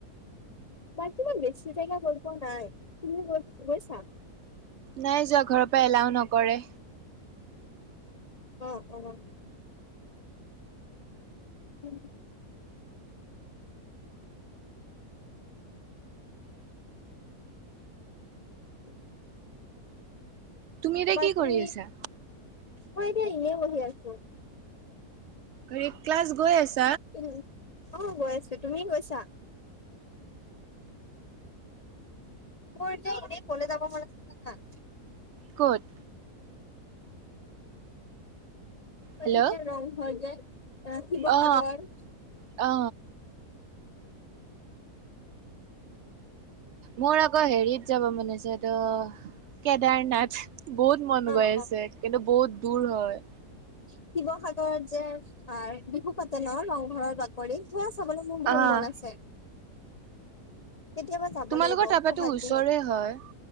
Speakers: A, on the left (about 90°); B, on the right (about 70°).
A: বাকী ইমান বেছি জেগা গৈ পোৱা নাই, তুমি গৈ পাই--গৈছা
B: নাই যোৱা ঘৰৰ পৰা এলাও নকৰে
A: অ অ অ উ উ
B: তুমি এতিয়া
A: বাকি
B: কি কৰি আছা
A: মই এতিয়া এনে বহি আছো।
B: ঘৰি ক্লাছ গৈ আছ
A: উ আহ গৈ আছো, তুমি গৈছা। মোৰ যে এনেই কলৈ যাব মান আছে জানা?
B: ক'ত হেল্ল'
A: এই যে ৰংঘৰ যে, এহ শিৱসাগৰ
B: অ অ মোৰ আকৌ হেৰিত যাব মন আছে এইটো কেদাৰনাথ, বহুত মন
A: অ
B: গৈ
A: অ
B: আছে কিন্তু বহুত দূৰ হয়।
A: শিৱসাগৰৰত যে পায় বিহু পাতে ন ৰংঘৰৰ বাকৰি সেইয়া চাবলৈ মোৰ বহুত
B: আহ
A: মন আছে কেতিয়াবা যাব
B: তোমালোকৰ
A: লাগিব
B: তাৰপৰাতো
A: বহাগ
B: ওচৰে
A: বিহুত
B: হয়